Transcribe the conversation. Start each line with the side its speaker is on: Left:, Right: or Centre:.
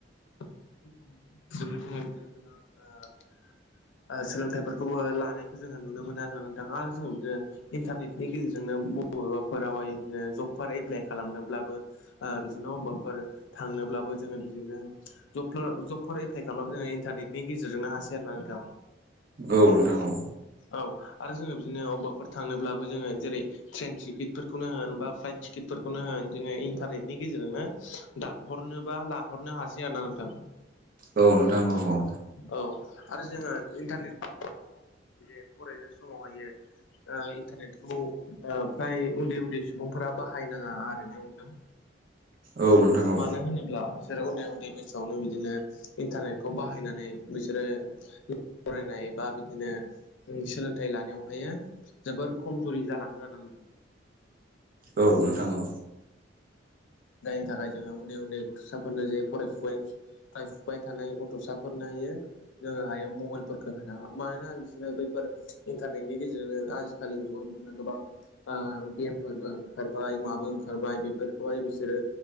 Left: <unintelligible> सोलोंथाइफोरखौबो लानायखौ जोङो नुनो मोनो आरोना नोंथां आरो जोंङो बिदिनो इन्टारनेटनि गेजेरजोंनो बबेबाफोरावहाय जबफोर एप्लाइ खालामनोब्लाबो बिदिनो अबेबाफोर थां थाङोब्लाबो जोंङो बिदिनो जब जबफोर एप्लाइ खालामब्लाबो जोङो इन्टारनेटनि गेजेरजोंनो हासै आरोना नोंथां
Right: औ नोंथां औ
Left: औ आरो जोङो बिदिनो अबेबाफोर थांनोब्लाबो जोङो जेरै ट्रेन टिकेटफोरखौनो होनबा फ्लाइट टिकिटफोरखौनो होन जोङो इन्टारनेटनि गेजेरजोंनो दानहरनो बा लाहरनो हासै आरोना नोंथां
Right: औ नोंथां औ-औ
Left: औ आरो जोंङो इन्टारनेट बे फरायनाय समावहाय इन्टारनेटखौ फ्राय उन्दै-उन्दै सुबुंफोरा बाहायनाङा आरोना नोंथां
Right: औ नोंथां औ
Left: मानो होनोब्ला बिसोरो उन्दै-उन्दै बैसोआवनो बिदिनो इन्टारनेटखौ बाहायनानै बिसोरो फरायनाय बा बिदिनो सोलोंथाइ लानायावहाय जोबोर खमजुरि जालाङो आरोना नोंथां <inaudible>
Right: औ नोंथां औ
Left: जायनि थाखाय जोंङो उन्दै-उन्दै गथसाफोरनो जे फरायफुबाय फरायफुबाय थानाय गथ'साफोरनो हायो जोङो आखायाव मबाइलफोरखौ होनाङा मानोना बिसोरो बैफोर इन्टारनेटनि गेजेरजोंनो आजिखालिनि जुगाव गोबां गेमफोरबो ओंखार माबो ओंखारबाय बेफोरखौहाय बिसोरो